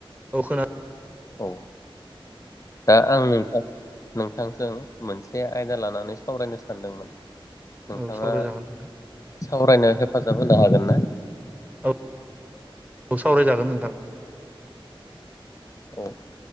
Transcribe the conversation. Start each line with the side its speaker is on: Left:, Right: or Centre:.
Right: औ खोना
Left: औ दा आं नोंथां नोंथांजों मोनसे आयदा लानानै सावरायनो सानदोंमोन। नोंथाङा
Right: औ सावरायजागोन नोंथां
Left: सावरायनायाव हे फाजाब होनो हागोन ना?
Right: औ औ सावरायजागोन नोंथां।
Left: औ